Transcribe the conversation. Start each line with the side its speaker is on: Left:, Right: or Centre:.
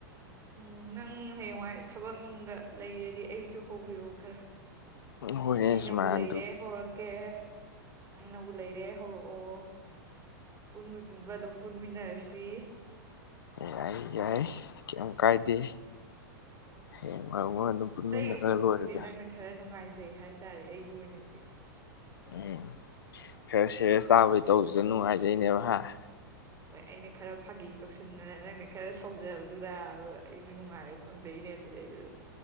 Right: ꯎꯝ ꯅꯪ ꯍꯌꯦꯡꯋꯥꯏ ꯊꯕꯛ ꯅꯨꯡꯗ ꯂꯩꯔꯗꯤ ꯑꯩꯁꯨ ꯍꯧꯕꯤꯔꯛꯑꯣ ꯈꯔ
Left: ꯍꯣꯏꯅꯦ
Right: ꯑꯩꯅꯕꯨ
Left: ꯁꯨꯃꯥꯏꯅ
Right: ꯂꯩꯔꯦ
Left: ꯗꯨ
Right: ꯍꯧꯔꯛꯀꯦ ꯅꯪꯅꯕꯨ ꯂꯩꯔꯦ ꯍꯧꯔꯛꯑꯣ ꯄꯨꯟꯃꯤ ꯄꯨꯟꯕ ꯑꯗꯨꯝ ꯄꯨꯟꯃꯤꯟꯅꯔꯁꯤ
Left: ꯌꯥꯏ ꯌꯥꯏ ꯌꯥꯝ ꯀꯥꯏꯗꯦ ꯍꯌꯦꯡ ꯃꯔ ꯑꯗꯨꯝ ꯄꯨꯟꯃꯤꯟꯅꯔꯒ
Right: ꯑꯩꯇꯩꯒꯤ ꯈꯨꯡꯎꯕꯨꯗꯤ
Left: ꯂꯣꯏꯔꯒꯦ
Right: ꯅꯪꯅ ꯈꯔ ꯅꯨꯡꯉꯥꯏꯖꯩ ꯍꯥꯏꯇꯥꯔꯦ ꯑꯩꯒꯤ ꯑꯣꯏꯅꯗꯤ
Left: ꯎꯝ ꯈꯔ ꯁꯦꯔꯦꯁ ꯇꯥꯕꯩ ꯇꯧꯕꯁꯨ ꯅꯨꯡꯉꯥꯏꯖꯩꯅꯦꯕ ꯍꯥꯏ
Right: ꯍꯣꯏ ꯑꯩꯅ ꯈꯔ ꯐꯥꯒꯤ ꯇꯧꯁꯟꯗꯅ ꯅꯪꯅ ꯈꯔ ꯁꯧꯖꯕꯗꯨꯗ ꯑꯩꯁꯨ ꯅꯨꯡꯉꯥꯏꯔ ꯐꯪꯖꯩꯅꯦ ꯑꯗꯨꯗꯩꯗꯨꯗ